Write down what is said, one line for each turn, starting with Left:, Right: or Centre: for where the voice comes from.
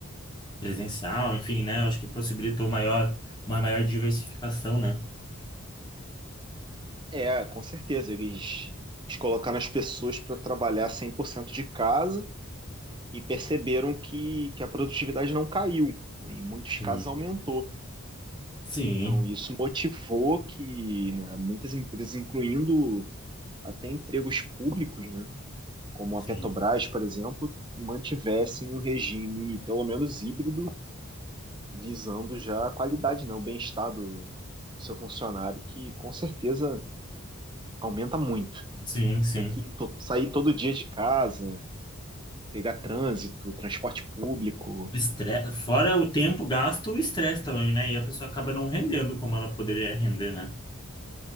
Left: presencial, enfim, né? Eu acho que possibilitou maior, uma maior diversificação, né?
Right: É, com certeza, eles, eles colocaram as pessoas para trabalhar 100% de casa e perceberam que, que a produtividade não caiu, né, em muitos
Left: Sim,
Right: casos aumentou.
Left: sim,
Right: Então, isso motivou que né, muitas empresas, incluindo até empregos públicos, né, como
Left: sim,
Right: a Petrobras, por exemplo, mantivessem um regime, pelo menos híbrido, visando já a qualidade, né, o bem-estar do, do seu funcionário, que com certeza aumenta muito. né?
Left: sim, sim.
Right: Ter que to- sair todo dia de casa, pegar trânsito, transporte público,
Left: Estre... Fora
Right: né?
Left: o tempo gasto, o estresse também, né? E a pessoa acaba não rendendo como ela poderia render, né?